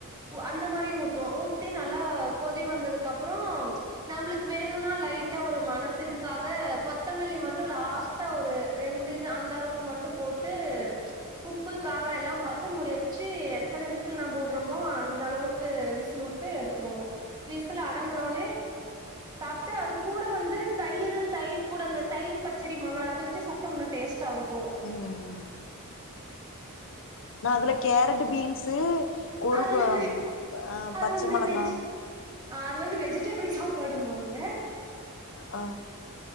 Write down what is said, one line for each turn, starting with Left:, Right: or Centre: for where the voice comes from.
Right: அந்த மாரியு ஊத்துவோ ஊத்தி நல்லா கொதி வந்ததுக்கப்றோ நம்ளுக்கு வேணுன்னா லைட்டா ஒரு மனசு இதுக்காக கொத்தமல்லி மட்டு லாஸ்ட்டா ஒரு ரெண்டு இது அந்த அளவுக்கு மட்டு போட்டு உப்பு காரொ எல்லா பாத் து முடி வச்சு எத்தன விசில் நாம் போட்றோமோ அந்த அளவுக்கு விசில் உட்டு எடுத்துருவோ விசில் அடங்குனோன்னே சாப்ட்டு அது கூட வந்து தயிரு தயிர் கூட அந்த தயிர் பச்சடிம்மாங்கள அத வச்சு சாப்ட்டா உன்னு டேஸ்டா இருக்கு
Left: ம் நா அதுல கேரட்டு பீன்ஸு ஒரு
Right: அது வந்து
Left: க அ
Right: அது
Left: பச்ச
Right: வந்து
Left: மொளகா
Right: வெஜ் ஆ அது வந்து வெஜிடபிள் சாப்பாடும்மாங்க
Left: ஆ